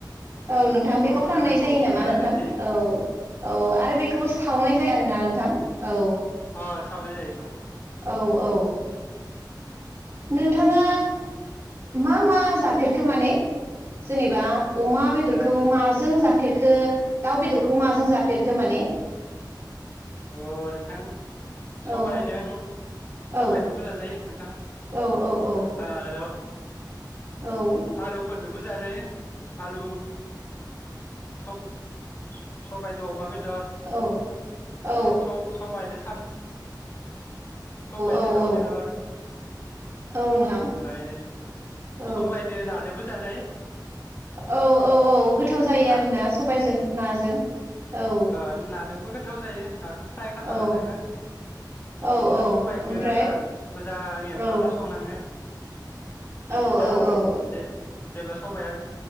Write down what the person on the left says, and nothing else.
औ
नोंथां
औ
फोराननायानो
जायो
अ सावनाय जायो औ
ओम
जान
अ
अ नोंथां सबायदों
सबायजोंबो
जाजायो नोंथां।
आर
आलुफोरदोबो जाजायो आलु सब सबायदो अमा बेदर।
ओमफ्राय
स-स-समायदो समायदो
दाव बेदर
ओमफ्राय
सबायदो नादोबो जाजायो
ना
ओ नादोंबो गोथाव जायो नाखौ फ्राय खालामना
लानांगो
बिनि उनाव
सबायखौ
आ मोजां एवफ्रामना
संनांगो बिनि
सायाव
आरामसे
जेब्ला सबाया